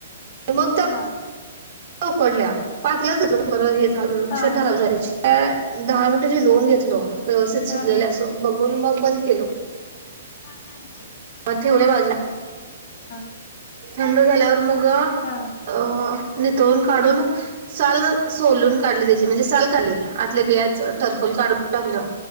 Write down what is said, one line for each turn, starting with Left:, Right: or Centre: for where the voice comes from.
Right: मग त्या
Left: हा.
Right: उकडल्या पाचल्याच शिजवून बरं हे झाल.
Left: हा
Right: शीट खराब झाली ह्याची दहा मिनट शिजवून घेतलो. व्यवस्थित
Left: हा
Right: शिजलेल
Left: हा हा
Right: अस बघून मग बंद केलो.
Left: <unintelligible>
Right: मग ठेवला बाजूला
Left: <unintelligible>
Right: थंड झाल्यावर मग अ
Left: हा
Right: अ निथळून काढून साल सोलून काढ. का त्या म्हणजे साल काढल्या बियाच ठरफल काढू टाकलं.